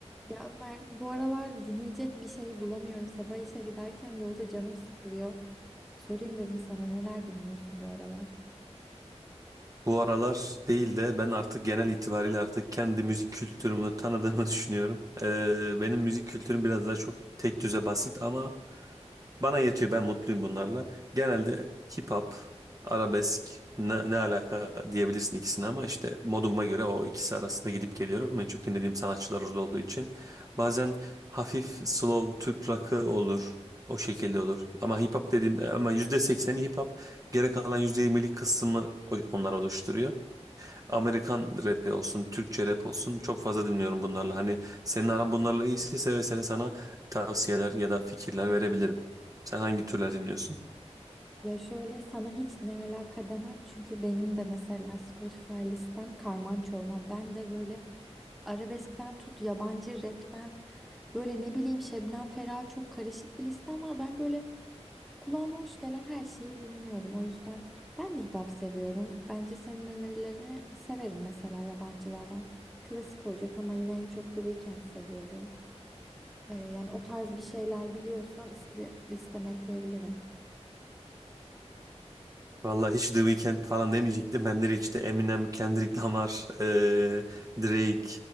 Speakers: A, in the centre; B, on the right.
A: Ya Ömer, bu aralar dinleyecek bir şey bulamıyorum. Sabah işe giderken yolda canım sıkılıyor. Sorayım dedim sana neler dinliyorsun bu aralar?
B: Bu aralar değil de ben artık genel itibariyle artık kendi müzik kültürümü tanıdığımı <laughs> düşünüyorum. Ee, benim müzik kültürüm biraz daha çok tek düze basit ama bana yetiyor. Ben mutluyum bunlarla. Genelde hip hop, arabesk ne, ne alaka diyebilirsin ikisine ama işte moduma göre o ikisi arasında gidip geliyorum. En çok dinlediğim sanatçılar orada olduğu için. Bazen hafif slow Türk rock'ı olur. O şekilde olur. Ama hip hop dediğimde ama yüzde sekseni hip hop. Geri kalan %20'lik kısmı o- onlar oluşturuyor. Amerikan rapi olsun, Türkçe rap olsun çok fazla dinliyorum bunlarla. Hani senin aran bunlarla iyiyse seve seve sana tavsiyeler ya da fikirler verebilirim. Sen hangi türler dinliyorsun?
A: Ya şöyle sana hiç ne alaka demem çünkü benim de mesela Spotify listem karman çorman. Ben de böyle arabeskten tut yabancı rapten böyle ne bileyim Şebnem Ferah çok karışık bir listem var. Ben böyle Kulağıma hoş gelen her şeyi dinliyorum. O yüzden ben de hip hop seviyorum. Bence senin önerilerini severim mesela yabancılardan. Klasik olacak ama yine en çok The Weeknd seviyorum. Ee, yani o tarz bir şeyler biliyorsan iste listeme ekleyebilirim.
B: Vallahi hiç The Weeknd falan demeyecektim. Ben direkt işte Eminem, Kendrick Lamar, eee, Drake